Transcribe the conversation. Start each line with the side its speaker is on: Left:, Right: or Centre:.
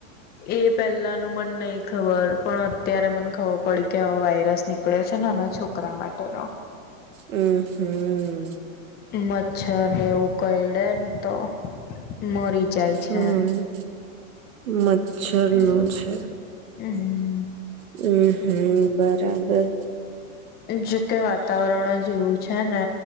Left: એ પેલાનું મને નહિ ખબર પણ અત્યારે મને ખબર પડી કે હવે વાયરસ ની નીકળ્યો છે નાના છોકરા માટેનો
Right: હમ હમ.
Left: મચ્છરને એવું કરડેને તો મરી જાય
Right: હમ.
Left: છે
Right: મચ્છર <inaudible>
Left: એમ
Right: છે.
Left: હમ
Right: હમ હમ બરાબર.
Left: જોકે વાતાવરણ જેવું છે ને